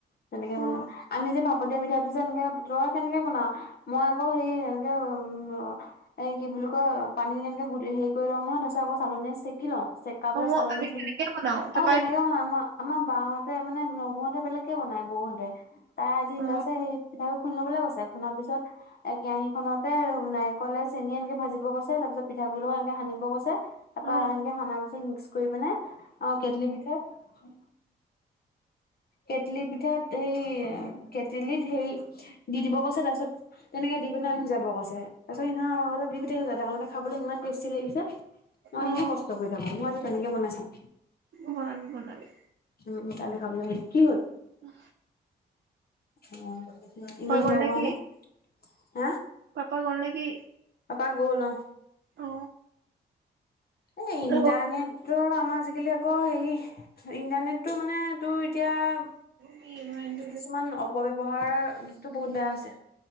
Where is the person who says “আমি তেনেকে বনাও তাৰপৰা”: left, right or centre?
Right